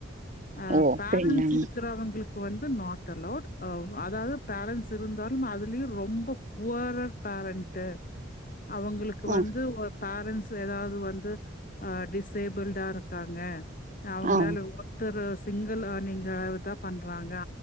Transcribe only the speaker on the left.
அ
பேரண்ட்ஸ்
இருக்கிறவங்களுக் கு இப்ப வந்து நாட் அலௌட் அ அதாவது பேரண்ஸ் இருந்தாலு அதுலயு ரொம்ப புவரர் பேரண்ட் டே அவங்களுக்கு
வந்து பேரண்ட்ஸ் ஏதாவது வந்து ஆ டிஸேபிளடா இருக்காங்க அவங்களால
ஒ ருத்தர சிங்கல் எர்னிங் தா பண்றாங்க